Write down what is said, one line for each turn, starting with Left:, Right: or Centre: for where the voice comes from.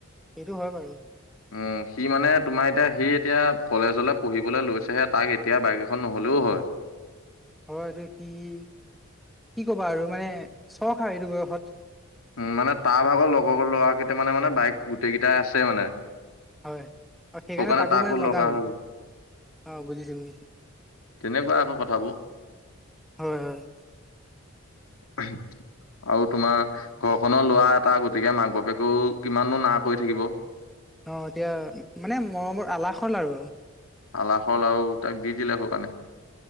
Centre: এইটো হয় বাৰু।
Left: উম, সি মানে তোমাৰ এতিয়া সি এতিয়া কলেজলে পঢ়িবলৈ লৈছে হে তাক এতিয়া বাইক এখন নহ'লেও হয়।
Centre: হয় এইটো কি-কি ক'বা আৰু মানে চখ আৰু এইটো বয়সত।
Left: উম, মানে তাৰ ভাগৰ লগৰ ল'ৰা কেইটামানে মানে বাইক গোটেই কেইটাই আছে মানে।
Centre: হয় অ, সেইকাৰণে
Left: সেইটো কাৰণে
Centre: তাকো মানে লগা হ'ল
Left: হৈ গ'ল।
Centre: অ, বুজিছোঁ -বুজিছোঁ।
Left: তেনেকুৱাই আকৌ কথাবোৰ <inaudible>
Centre: হয় হয়
Left: <unintelligible> আৰু তোমাৰ ঘৰখনৰ লৰা এটা গতিকে মাক- বাপেকেও কিমানো না কৰি থাকিব।
Centre: অ, এতিয়া মানে মৰমৰ আলাসৰ লাৰু আৰু।
Left: আলাসৰ লাৰু আৰু তাক দি দিলে সৌ কাৰণে।